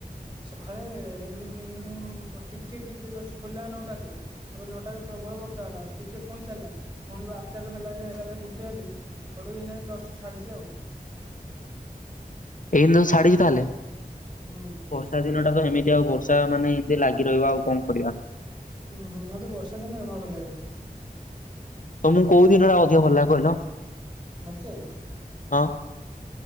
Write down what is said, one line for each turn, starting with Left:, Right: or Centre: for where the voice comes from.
Right: ସଖାଳେ ରିମ୍ ରିମ୍ ରିମ୍ ରିମ୍ ଟିକେ ଟିକେ ଜଷ୍ଟ ପଡ଼ିଲା ନଟା ତେ। ତାପରେ ନଅଟା ବେଳୁ କୁ ପ୍ରବଳ ବର୍ଷା ହେଲା ଟିକେ ପୁଣି ଚାଲିଲା। ପୁଣି ବାରଟାରୁ ହେଲା ଯେ ହେଲା ଯେ ଗୋଟିଏ ଆତେ ହେଠୁ ଏଇନା ଜଷ୍ଟ ଛାଡ଼ିଚି ଆଉ।
Left: ଏଇନା ତୁ ଛାଡିଚି ତାହେଲେ?
Right: ହୁଁ
Left: ବର୍ଷା ଦିନ ଟା ତ ଏମିତି ଆଉ ବର୍ଷା ମାନେ ଏମିତି ଲାଗି ରହିବ। ଆଉ କଣ କରିବା?
Right: ଉଁ ହୁଁ ମତେ ବର୍ଷା ଦିନ ଜମା ଭଲ ଲାଗେନି।
Left: ତମକୁ କୋଉ ଦିନଟା ଅଧିକ ଭଲ ଲାଗେ କହିଲ?
Right: ମତେ?
Left: ହଁ।